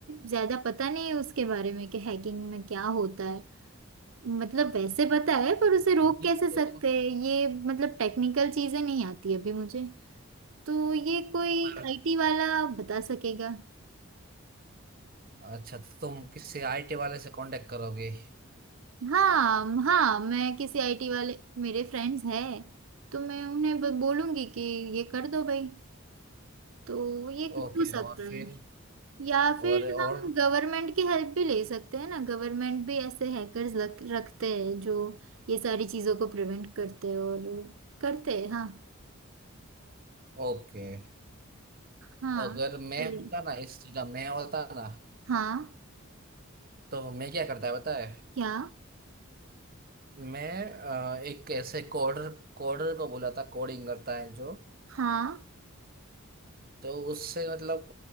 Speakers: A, on the right; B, on the right.
A: ज्यादा पता नहीं है उसके बारे में कि हैकिंग में क्या होता है मतलब वैसे पता है पर उसे रोक कैसे
B: ये तो
A: सकते हैं ये मतलब टेक्निकल चीजें नहीं आती अभी मुझे तो ये कोई
B: पर-
A: आईटी वाला बता सकेगा
B: अच्छा तो तुम किसी आईटी वाले से कांटेक्ट करोगे
A: हाँ हाँ मैं किसी आईटी वाले मेरे फ्रेंड्स हैं तो मैं उन्हें ब- बोलूंगी कि ये कर दो भाई तो ये
B: ओके
A: हो सकता
B: और फिर
A: है या
B: और
A: फिर
B: और
A: हम गवर्नमेंट की हेल्प भी ले सकते हैं ना गवर्नमेंट भी ऐसे हैकर्स रखते हैं जो ये सारी चीजों को प्रिवेंट करते हैं और करते हैं हाँ
B: ओके
A: हाँ
B: अगर मैं
A: जरूर।
B: होता ना इस जगह मैं होता ना
A: हाँ
B: तो मैं क्या करता है पता है
A: क्या
B: मैं अ, एक ऐसे कोडर कोडर को बोला था कोडिंग करता है जो
A: हाँ
B: तो उससे मतलब